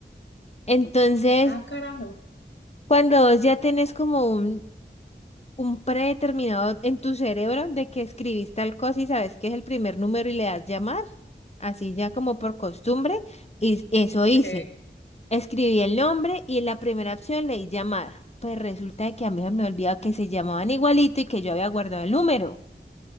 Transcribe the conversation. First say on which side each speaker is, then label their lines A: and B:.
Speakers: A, on the left; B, on the left.
A: Entonces,
B: Ah, carajo.
A: cuando vos ya tenés como un un predeterminado en tu cerebro de que escribís tal cosa y sabes que es el primer número y le das llamar, así ya como por costumbre, y eso
B: Ok.
A: hice. Escribí el nombre y en la primera opción leí llamar. Pues resulta de que a mí me olvidaba que se llamaban igualito y que yo había guardado el número.